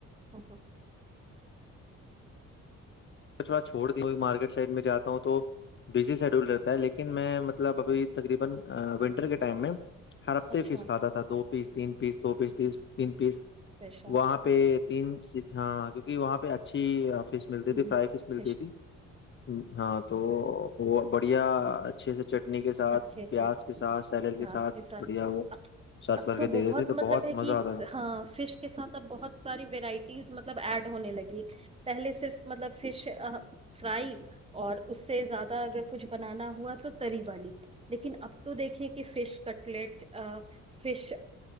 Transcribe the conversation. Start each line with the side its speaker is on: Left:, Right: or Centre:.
Right: ہاں ہاں،
Left: اچھا چھوڑ دیں کوئی مارکیٹ سائیڈ میں جاتا ہوں تو بزی سیڈول رہتا ہے لیکن میں مطلب ابھی تقریبا ونٹر کے ٹائم میں ہر ہفتے
Right: اچھا
Left: پیس کھاتا تھا دو پیس تین پیس توو پیس تیس تین پیس
Right: فش
Left: وہاں پہ تین سیٹ ہاں کیونکہ وہاں پہ اچھی فش مل
Right: ہاں
Left: تھی فرائی ملتی
Right: فش
Left: تھی ہاں تو بڑھیا اچھے سے چٹنی کے ساتھ
Right: اچھے
Left: پیاز
Right: سے
Left: کے ساتھ
Right: پیاس
Left: سیلیڈ
Right: کے ساتھ
Left: بڑھیا وہ
Right: ا
Left: سرو
Right: اب
Left: کر
Right: تو
Left: کے دے
Right: بہت
Left: دیتے
Right: مطلب ہے
Left: مزہ
Right: کہ
Left: آتا تھا
Right: ہاں فش کے ساتھ اب بہت ساری وورائٹیز مطلب ایڈ ہونے لگی پہلے صرف مطلب فش فرائی اور اس سے زیادہ اگر کچھ بنانا ہوا تو تری والی لیکن اب تو دیکھے کہ فش کٹلیٹ فش